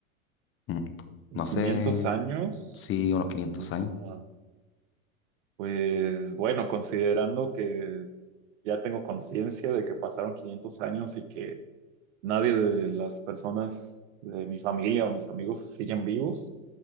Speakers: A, on the left (about 30°); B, on the right (about 60°).
A: mm,
B: en
A: no sé,
B: 500 años,
A: sí, unos
B: mm,
A: 500 años.
B: pues bueno, considerando que ya tengo conciencia de que pasaron 500 años y que nadie de las personas de mi familia o mis amigos siguen vivos,